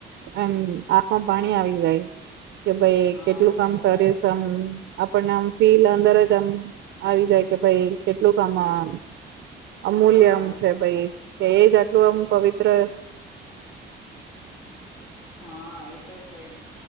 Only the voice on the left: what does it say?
હા
એ
તો બરાબર
હા એ
તો
જ
હા એ તો છે જ!